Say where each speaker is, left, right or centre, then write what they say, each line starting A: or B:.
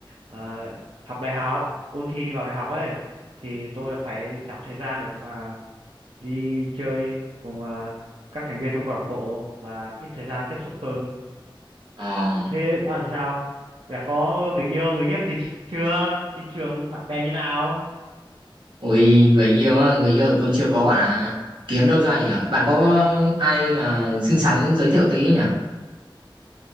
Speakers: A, on the right; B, on the right.
A: ờ, học đại học ôn thi vào đại học ấy thì tôi là phải giảm thời gian để mà đi chơi cùng ờ, các thành viên trong câu lạc bộ và ít thời gian tiếp xúc hơn
B: ờ
A: Thế bạn thì sao? Đã có người yêu, người ghét gì chưa? Trên trường bạn bè như nào?
B: Ôi người yêu á, người yêu thì tôi chưa có bạn à. Kiếm đâu ra vậy nhở? Bạn có ai mà xinh xắn giới thiệu tí nhở?